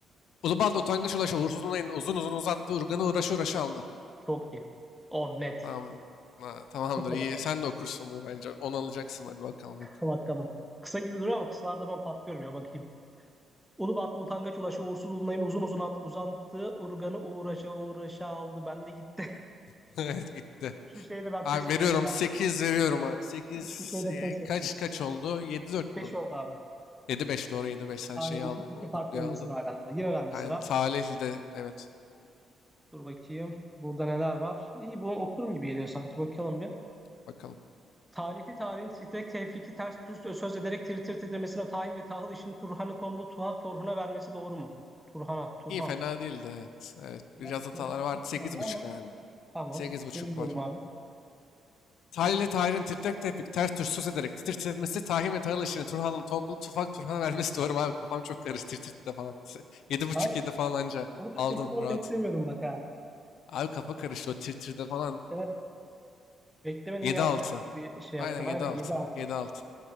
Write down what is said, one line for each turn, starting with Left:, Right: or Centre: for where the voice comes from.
Left: Ulubal'da utangaç ulaşı uğursuz olayını uzun uzun uzattı. Urgan'ı uğraşı uğraşı aldı.
Centre: Çok iyi. 10 net.
Left: Tamam. Ha, tamamdır
Centre: Sıfır
Left: iyi.
Centre: hata.
Left: Sen
Centre: <laughs>
Left: de okursun bunu bence. 10 alacaksın hadi bakalım oku.
Centre: Bakalım. Kısa gibi duruyor ama kısalarda ben patlıyorum ya bakayım. Ulubatlı utangaç ulaşı uğursuz ulunayın uzun uzun at, uzantığı urganı uğraşa uğraşa aldı. Ben de gitti.
Left: <laughs> Evet gitti.
Centre: <laughs> Şu şeyde ben
Left: Abi
Centre: pes ettim
Left: veriyorum
Centre: ya.
Left: 8 veriyorum abi. 8
Centre: Şu şeyde pes ettim.
Left: kaç kaç oldu? Yedi dört
Centre: 5
Left: mü?
Centre: oldu abi.
Left: Yedi beş doğru yedi beş sen
Centre: Aynen
Left: şeyi aldın.
Centre: iki, iki
Left: Oluklu'yu
Centre: farklı öndesin
Left: aldın.
Centre: hala. da. Yine bende
Left: Yani
Centre: sıra.
Left: Salihli de evet
Centre: Dur bakayım. Burada neler var? İyi bunu okurum gibi geliyor sanki. Bakalım bir.
Left: bakalım.
Centre: Talihli tarihin titrek tevfiki ters düz söz ederek tir tir titremesine tahin ve tahıl işini Turhan'a tombul tuhaf Torhun'a vermesi doğru mu? Turhan'a, Turhan.
Left: İyi fena değildi evet. evet.
Centre: Biraz
Left: Biraz hatalar
Centre: kronolojik
Left: vardı. sekiz
Centre: geldi ama
Left: buçuk abi.
Centre: tamam.
Left: Sekiz buçuk
Centre: Senin diyelim
Left: var.
Centre: abi.
Left: Talih ile Tahir'in titrek tepik ters tür söz ederek titir titretmesi Tahir ve Tahir işini Turhan'ın tombul tufak Turhan'a vermesi doğru mu abi kafam çok karıştı tir falan. Yedi buçuk
Centre: Abi
Left: yedi falan anca
Centre: burada
Left: aldın
Centre: şaşırtmanı
Left: rahat.
Centre: beklemiyordum bak ha.
Left: Abi kafa karıştı o tir falan.
Centre: Evet, beklemedim
Left: Yedi
Centre: yerde
Left: altı.
Centre: bir şey
Left: Aynen
Centre: yaptın.
Left: yedi
Centre: Aynen
Left: altı.
Centre: Yedi altı.
Left: Yedi altı.